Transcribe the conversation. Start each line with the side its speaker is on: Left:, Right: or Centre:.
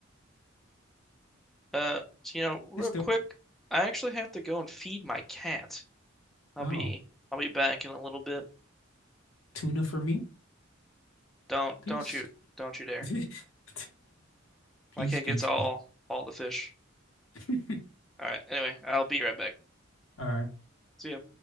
Centre: uh, so, you know, real
Left: it's dope.
Centre: quick, I actually have to go and feed my cat. I'll
Left: Oh,
Centre: be I'll be back in a little bit.
Left: tuna for me.
Centre: Don't
Left: Peace.
Centre: don't you don't you dare.
Left: <laughs> Peace,
Centre: My cat
Left: peace,
Centre: gets all
Left: peace.
Centre: all the fish.
Left: <laughs>
Centre: All right. Anyway, I'll be right back.
Left: All right.
Centre: See ya.